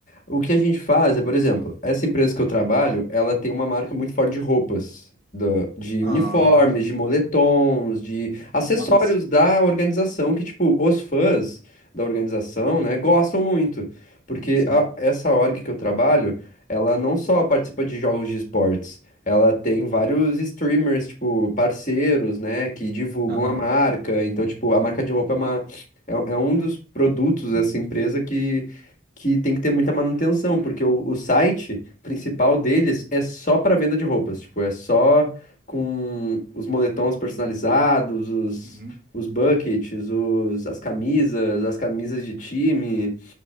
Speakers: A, on the left; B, on the right.
A: O que a gente faz é, por exemplo, essa empresa que eu trabalho, ela tem uma marca muito forte de roupas, da- de
B: Ah,
A: uniformes, de moletons, de acessórios
B: mas,
A: da organização que, tipo, os fãs da organização, né, gostam muito. Porque
B: sim.
A: a- essa org que eu trabalho, ela não só participa de jogos de esportes, ela tem vários streamers, tipo, parceiros, né, que divulgam
B: Aham.
A: a marca. Então, tipo, a marca de roupa é uma, é é um dos produtos dessa empresa que que tem que ter muita manutenção, porque o, o site principal deles é só para venda de roupas, tipo, é só com os moletons personalizados, os,
B: Uhum.
A: os buckets, os, as camisas, as camisas de time,